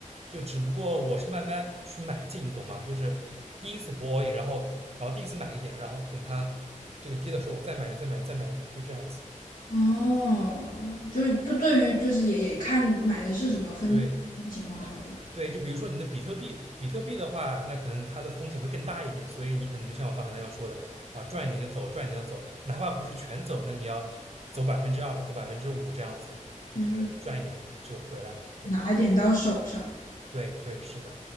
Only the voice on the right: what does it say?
就只不过我是慢慢去买进，你懂吗？就是第一次博 a in，然后然后第一次买一点，然后等它这个跌的时候，我再买点，再买点，再买一点，就这样子。
对对，就比如说你的比特币，比特币的话，那可能它的风险会更大一点，所以你可能就像我刚才那样说的啊，赚一点就走，赚一点就走，哪怕不是全走，那你要走百分之二，走百分之五这样子，就是赚一点就回来。
对。
对对，是的，